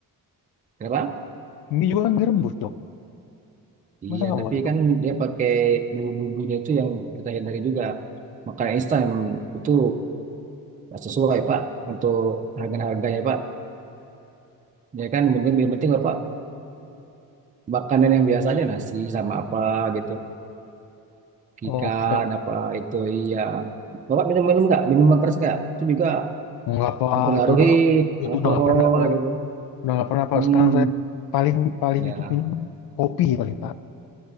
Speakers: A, on the right; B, on the left.
A: kenapa?
B: Mie juga kan direbus dok.
A: Iya,
B: Masa nggak
A: tapi
B: boleh dok?
A: kan dia pakai bumbu-bumbunya itu yang kita hindari juga. Makanan instan itu nggak sesuai, Pak, untuk harga-harganya, Pak. Ya kan, yang penting, yang penting Pak, makanan yang biasa aja, nasi sama apa gitu.
B: Oh,
A: Ikan
B: oke dok.
A: apa itu, iya. Bapak minum-minum nggak? Minum keras nggak? Itu juga
B: Nggak apa
A: mempengaruhi
B: itu udah itu
A: alkohol
B: udah nggak pernah tuh
A: gitu.
B: Udah nggak pernah Pak.
A: Hmm,
B: Sekarang saya paling paling
A: ya,
B: itu minum kopi ya paling Pak.